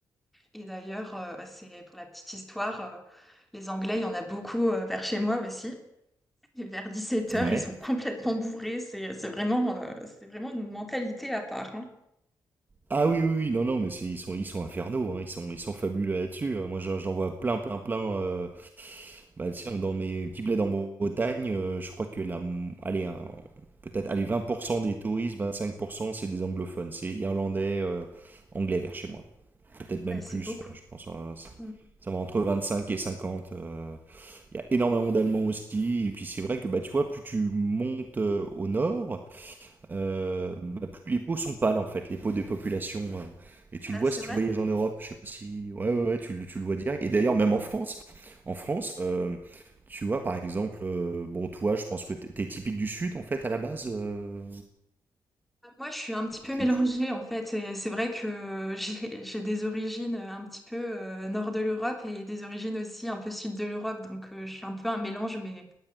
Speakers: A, in the centre; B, on the right.
A: et d'ailleurs, euh, c'est pour la petite histoire, euh, les Anglais, il y en a beaucoup euh, vers chez moi aussi. Et vers 17 heures,
B: Ouais.
A: ils sont complètement bourrés. C'est c'est vraiment, euh, c'est vraiment une mentalité à part. hein.
B: Ah oui, oui, oui, non, non, mais c'est- ils sont, ils sont infernaux, hein, ils sont, ils sont fabuleux là-dessus. hein. Moi, j'en j'en vois plein, plein, plein. euh, Bah, tiens, dans mes petits bleds en Bretagne, euh, je crois que la, allez, un- peut-être, allez, 20% des touristes, 25%, c'est des anglophones, c'est irlandais, euh, anglais vers chez moi. Peut-être même
A: Ouais, c'est
B: plus,
A: beaucoup.
B: euh, je pense, euh, ça
A: Mm.
B: ça va entre 25 et 50. euh. Il y a énormément d'Allemands aussi, et puis c'est vrai que, bah, tu vois, plus tu montes euh, au nord, euh, bah, plus les peaux sont pâles en fait, les peaux des populations. euh, et tu
A: Ah,
B: le vois
A: c'est
B: si tu
A: vrai?
B: voyages en Europe, je sais pas si. Ouais, ouais, ouais, tu, le- tu le vois direct. Et d'ailleurs, même en France, en France, euh, tu vois par exemple, euh, bon, toi, je pense que t'es t'es typique du Sud en fait à la base. euh,
A: Moi, je suis un petit peu
B: tu,
A: mélangée
B: tu-
A: en fait. Et c'est vrai que j'ai j'ai des origines un petit peu euh, nord de l'Europe et des origines aussi un peu sud de l'Europe. Donc, euh, je suis un peu un mélange, mais